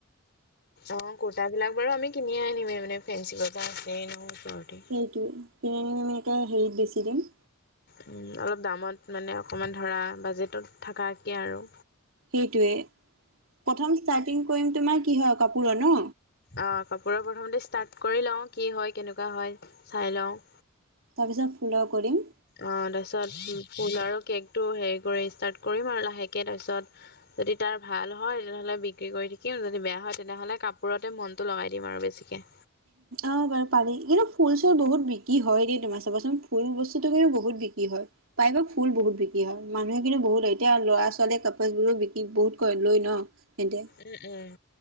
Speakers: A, on the left; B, on the right.
A: অ কুৰ্তা বিলাক বাৰু আমি কিনি আনিম এই পিনে ফেঞ্চি বজাৰ আছে ন ওচৰতে।
B: এইটোৱে কিনি <unintelligible> হেৰিত বেছি দিম।
A: উম অলপ দামত মানে অকণমান ধৰা বাজেটত থকাকে আৰু।
B: সেইটোয়েই প্ৰথম ষ্টাৰ্টিং কৰিম তোমাৰ কিহৰ কাপোৰৰ ন।
A: অ কাপোৰৰ প্ৰথমতে ষ্টাৰ্ট কৰি লওঁ কি হয় কেনেকুৱা হয় চাই লওঁ।
B: তাৰপিছত ফ'ল' কৰিম।
A: অ তাৰপিছত পূজাৰো কেকটো হেৰি কৰি ষ্টাৰ্ট কৰিম আৰু লাহেকে তাৰপিছত যদি তাৰ ভাল হয় তেনেহ'লে বিক্ৰী কৰি থাকিম যদি বেয়া হয় তেনেহ'লে কাপোৰতে মনটো লগাই দিম আৰু বেছিকে।
B: অ বাৰু পালি কিন্তু ফুল চুল বহুত বিক্ৰী হয় দৈ তোমাৰ চাবাচোন ফুল বস্তুটো কিন্তু বহুত বিক্ৰী হয়। প্ৰায়ভাগ ফুল বহুত বিক্ৰী হয় মানুহে কিন্তু বহুত লয় এতিয়া ল'ৰা ছোৱালীয়ে কপোলবোৰো বিক্ৰী বহুত কৰে লৈ ন। সেতে
A: উম উম।